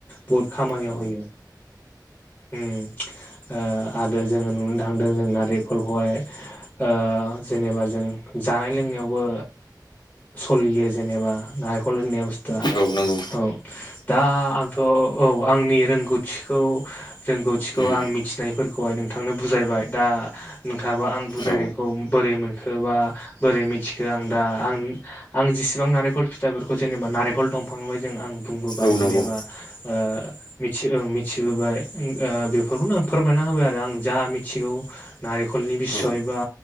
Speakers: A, on the left (about 15°); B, on the left (about 75°).
A: बहुत खामानियाव
B: औ औ
A: होयो उम ओ आडो जोङो नुनो थांदों जों नारेंखलखौहाय ओ जेनेबा जों जानाय लोंनायावबो सलियो जेनेबा नारेंखल होननाय बुस्थुआ
B: औ नंगौ
A: औ दा आंथ' औ आंनि रोंगौ थखौ रोंगौथिखौ
B: उम
A: आं मिथिनायफोरखौहाय नोंथांनो बुजायबाय दा नोंथाङाबा आं आं बजायनायखौ
B: औ
A: बोरै मोनखो बा बोरै मिथिखो आं दा आं आं जेसेबां नेंरेंख फिथाइफोरखौ जेनेबा नारेंखल दंफां जों आं बुंबोबाय
B: औ नंगौ
A: जेनेबा ओ मिथि ओं मिथिबोबाय ओग आ बेफोरखौनो आं फोरमायना होबाय आरो आं जा मिथिगौ नारेंखलनि बि बिसय
B: औ
A: बा